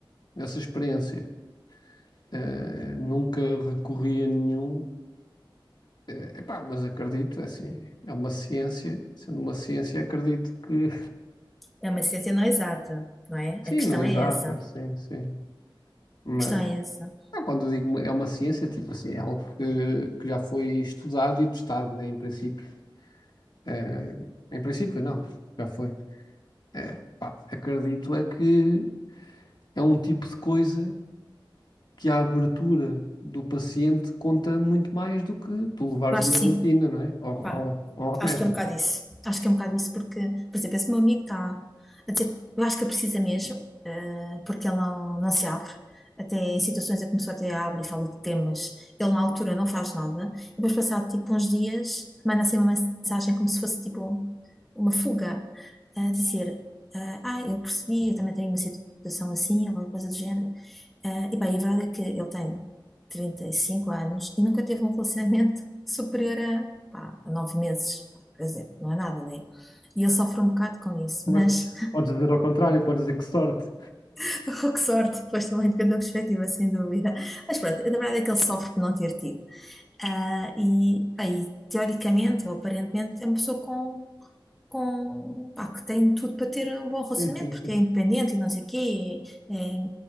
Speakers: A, on the left; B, in the centre.
A: essa experiência. Eh, nunca recorri a nenhum. Eh, epá, mas acredito, é assim, é uma ciência. Sendo uma ciência, acredito que.
B: É uma ciência não exata, não
A: <laughs>
B: é?
A: Sim,
B: A questão
A: não é
B: é
A: exato,
B: essa, a
A: sim, sim. Mas
B: questão é essa.
A: não, quando eu digo uma- é uma ciência, tipo assim, é algo que, que já foi estudado e testado, né, em princípio. Eh, em princípio, não, já foi. Eh, pá, acredito é que é um tipo de coisa. que a abertura do paciente conta muito mais do que tu levares
B: Eu acho
A: uma
B: que
A: vacina,
B: sim,
A: não é? Ou,
B: pá.
A: ou, ou um remédio.
B: Acho que é um bocado isso. Acho que é um bocado isso, porque, por exemplo, esse meu amigo está a dizer, eu acho que precisa mesmo, eh, porque ele não, não se abre. Até em situações em que começou até abre e fala de temas. Ele, na altura, não faz nada. E depois, passado tipo uns dias, manda assim uma mensagem como se fosse tipo uma fuga, a dizer: eh, Ah, eu percebi, eu também tenho uma situação assim, ou alguma coisa do género. Ah, e bem, a verdade é que ele tem 35 anos e nunca teve um relacionamento <laughs> superior a, pá, a 9 meses. Quer dizer, não é nada, né? E ele sofre um bocado com isso,
A: Podes,
B: mas
A: podes dizer ao contrário, podes dizer que sorte.
B: <laughs> oh, que sorte, pois também depende da perspectiva, sem dúvida. Mas pronto, a verdade é que ele sofre por não ter tido. Ah, e, bem, teoricamente, ou aparentemente, é uma pessoa com com, pá, que tem tudo para ter um bom relacionamento,
A: Sim, sim,
B: porque
A: sim.
B: é independente e não sei o quê, é, é